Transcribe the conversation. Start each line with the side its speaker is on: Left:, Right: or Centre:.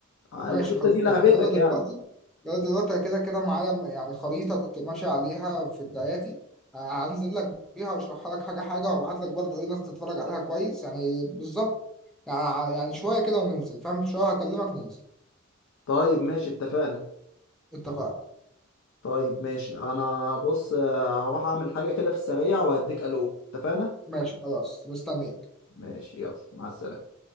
Left: آه،
Centre: ماشي
Left: الحتة
Centre: خلصنا
Left: دي لعبتك
Centre: يلا
Left: يعني
Centre: دلوقتي يلا دلوقتي أنا كده كده معايا يعني خريطة كنت ماشي عليها في بداياتي آه، هنزل لك بيها وأشرحها لك حاجة حاجة وأبعت لك برضو إيه ناس تتفرج عليها كويس يعني بالظبط يعني يعني شوية كده وننزل فاهم شوية هكلمك ننزل
Left: طيب ماشي اتفقنا
Centre: اتفقنا
Left: طيب ماشي انا بص آه، هروح اعمل حاجة كده في السريع وهديك الو اتفقنا
Centre: ماشي خلاص مستنيك
Left: ماشي يلا مع السلامة